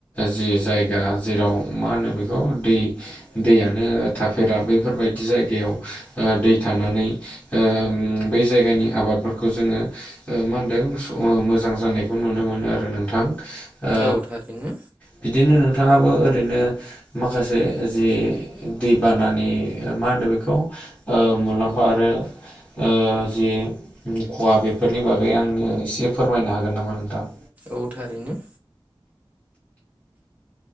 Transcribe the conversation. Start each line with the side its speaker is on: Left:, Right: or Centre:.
Left: जि जायगा जेराव मा होनो बेखौ दै दैयानो थाफेरा बैफोरबायदि जायगायाव ओ दै थानानै ओ बै जायगानि आबादफोरखौ जोङो ओ मा होनदों मोजां जानायखौ नुनो मोनो आरो नोंथां ओ
Right: औ थारैनो
Left: बिदिनो नोंथाङाबो ओरैनो माखासे जे दैबानानि मा होनदों बेखौ ओ मुलाम्फा आरो ओ जि खहा बेफोरनि बागै आंनो एसे फोरमायनो हागोन नामा नोंथां
Right: औ थारैनो